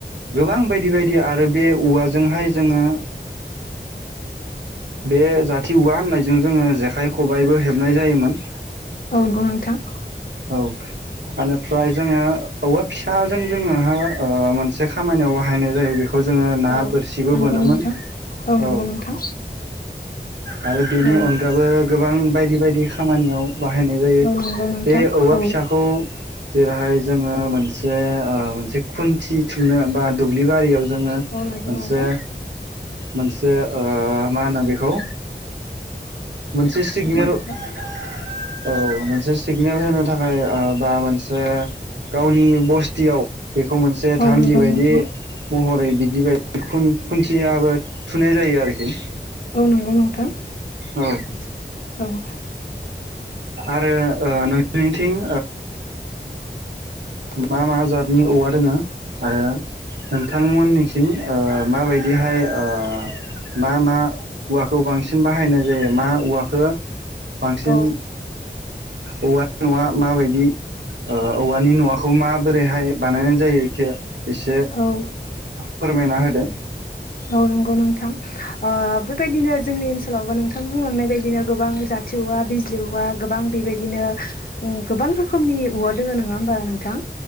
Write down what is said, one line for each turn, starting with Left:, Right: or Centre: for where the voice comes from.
Right: गोबां बायदि बायदि आरो बे औवाजोंहाय जोंङो। बे जाथि औवा होननायजों जोंङो जेखाइ खबाइबो हेबनाय जायोमोन।
Left: औ नंगौ नोंथां। <inaudible>
Right: औ बेनिफ्राय जोंङो औवा फिसाजों जोंङो मोनसे खामानियाव बाहायनाय जायो बेखौ। बे खौ जोंङो ना
Left: औ
Right: बोरसिबो
Left: नंगौ
Right: बोनोमोन
Left: नोंथां
Right: औ।
Left: नंगौ नोंथां
Right: आरो बेनि
Left: औ
Right: अनगाबो गोबां बायदि बायदि खामानियाव। बाहायनाय जायो
Left: औ नंगौ नोंथां
Right: बे औवा
Left: औ
Right: फिसाखौ जेरैहाय जोंङो मोनसे। ओ मोनसे खुन्थि थुनो बा दुब्लि बारियाव। जोंङो
Left: औ नंगौ
Right: मोनसे
Left: नोंथां
Right: मोनसे मा होनो बेखौ। मोनसे सिगनेल
Left: नंगौ
Right: औ
Left: नोंथां
Right: मोनसे सिगनेल होनो थाखाय बा मोनसे गावनि बस्थि। बेखौ मोनसे
Left: औ
Right: थान्दि
Left: नंगौ नोंथां
Right: बायदि महरै बिदि बाय। खुन्थियाबो थुनाय जायो आरोखि।
Left: औ नंगौ नोंथां <inaudible>
Right: औ
Left: औ।
Right: आरो नोंनिथिं। मा मा जतनि औवा दोंङो आरो नोंथांमोननि। ओ माबायदिहाय ओ मा मा औवाखौ बांसिन बाहायनाय जायो मा औवाखौ बांसिन
Left: औ
Right: औवानि नआ माबायदि औवानि न' खौ माबोरैहाय बानायनाय जायो बेखौ एसे
Left: औ औ
Right: फोरमायना होदो।
Left: औ नंगौ नोंथां बेबायदिनो जोंनि ओनसोलावबो नोंथां बुंलांनाय बायदिनो गोबां जाट खाथि औवा, बिजलि औवा गोबां बेबायदिनो गोबां रोखोमनि औवा दंङ नङा होमबा नोंथां?